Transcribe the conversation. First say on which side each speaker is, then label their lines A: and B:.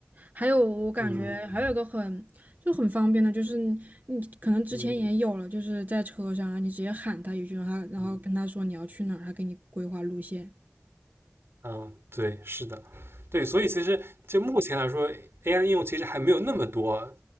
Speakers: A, on the right; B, on the right.
A: 还有我感觉还有一个很就很方便的，
B: 嗯
A: 就是你你可能之前也有了，
B: 嗯
A: 就是在车上啊，你直接喊他一句，然后他然后跟他说你要去哪儿，
B: 嗯。
A: 他给你规划路线。
B: 嗯，对，是的，对，所以其实就目前来说，AI 的应用其实还没有那么多。